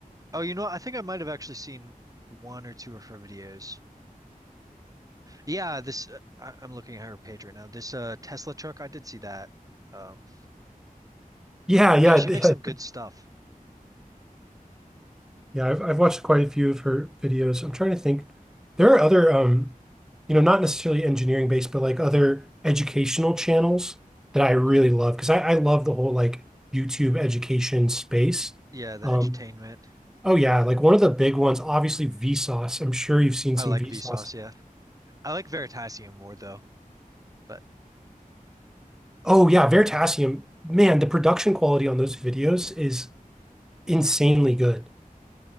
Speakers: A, on the right; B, in the centre.
A: Oh, you know, what? I think I might have actually seen one or two of her videos. Yeah, this uh, I, I'm looking at her page right now. This uh Tesla truck, I did see that. Um,
B: Yeah, yeah,
A: yeah, she makes
B: <laughs> yeah.
A: some good stuff.
B: yeah, I've I've watched quite a few of her videos. I'm trying to think. There are other um, you know, not necessarily engineering based, but like other educational channels that I really
A: Mhm.
B: love because I, I love the whole like YouTube education space.
A: Yeah, the
B: Um,
A: edutainment.
B: oh yeah, like one of the big ones, obviously Vsauce. I'm sure you've seen
A: I
B: some
A: like
B: Vsauce.
A: Vsauce. Yeah, I like Veritasium more though. But
B: Oh yeah, Veritasium. Man, the production quality on those videos is insanely good.